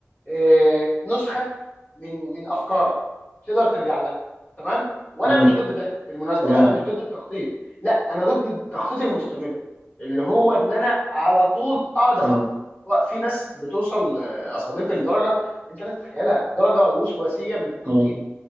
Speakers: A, on the left; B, on the right.
A: آه نسخه من من افكارك تقدر ترجع لها تمام وانا
B: مم.
A: مش ضد ده بالمناسبه
B: تمام
A: يعني انا مش ضد التخطيط لا انا ضد التخطيط المستمر اللي هو ان انا على طول اقعد اخطط
B: مم.
A: في ناس بتوصل آه، يا صديقي لدرجه انت لا تتخيلها درجه وسواسيه من التخطيط
B: مم.